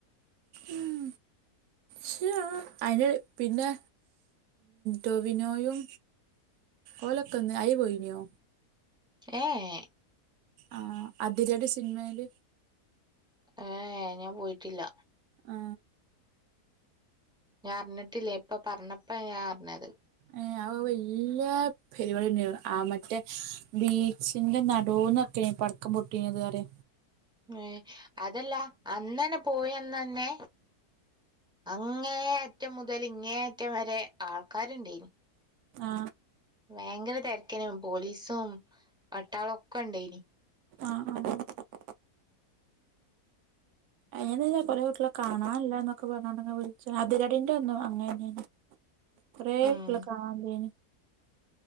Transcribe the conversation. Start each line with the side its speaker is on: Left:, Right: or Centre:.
Right: ഉം ശോ അയിനി പിന്നെ ടോവിനോയും. ഓലൊക്കന്ന് അയി പോയിനോ?
Centre: ഏഏ
Right: ആഹ അതിരടി സിനിമയില്
Centre: ഏ ഏ ഞാൻ പോയിട്ടില്ല
Right: ആ
Centre: ഞാൻ അറിഞ്ഞിട്ടില്ലേ ഇപ്പ പറഞ്ഞപ്പെ ഞാൻ അറിഞ്ഞത്
Right: ഏ വല്യ പരിപാടിഞ്ഞെണ് ആ മറ്റേ ബീച്ചിന്റെ നടോന്നൊക്കെ പടക്കം പൊട്ടീനതുആരെ
Centre: ഏ അതല്ലാ അന്നനെ പോയിന്നന്നെ അങ്ങേ അറ്റം മുതൽ ഇങ്ങേ അറ്റം വരെ ആൾക്കാര്ടയ്നു
Right: ആ
Centre: ഭയങ്കര തിരക്കൈന് പോലീസും പട്ടാള ഒക്കെ ഇണ്ടായിനി
Right: ആഹ് അ അഞാ കൊറെേ കുടിയോളെ കാണാനില്ല എന്നൊക്കെ പറഞ്ഞണ്ടെ വിളിച്ച് അതിരടിന്റെ അന്നും അങ്ങനെന്നെ കൊറേ
Centre: ഉം
Right: കുടിയോളെ കാണാലൃആയിനി